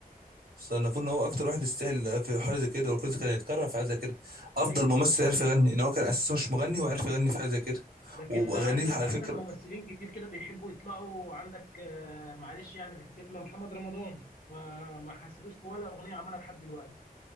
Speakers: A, on the right (about 80°); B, on the left (about 80°).
A: صنفوه إن هو أكتر واحد يستاهل في حاجة زي كده والكل كان يتكرر في حاجة زي كده أفضل
B: ايوه
A: ممثل عرف يغني إن هو كان أساسا مش مغني وعرف يغني في حاجة زي كده
B: لكن
A: وأغانيه
B: عندك
A: على
B: عندك
A: فكرة
B: ممثلين كتير كده بيحبوا يطلعوا عندك آه، معلش يعني في الكلمه محمد رمضان ما ما حسيتوش في ولا اغنيه عملها لحد دلوقتي